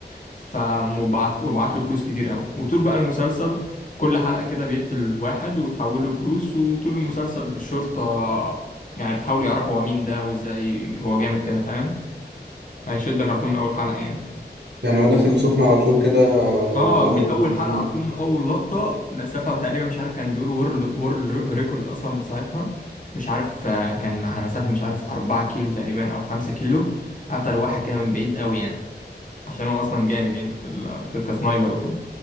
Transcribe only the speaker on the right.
يعني هو داخل سخن على طول كده
اللي
هو
أمم.